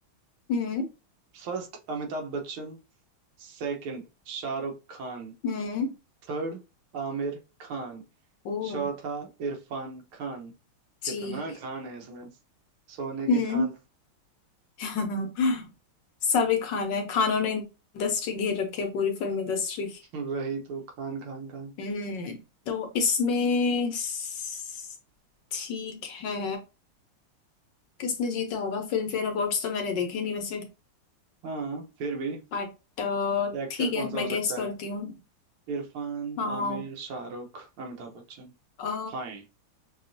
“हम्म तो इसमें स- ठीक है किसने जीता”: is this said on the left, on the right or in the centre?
Left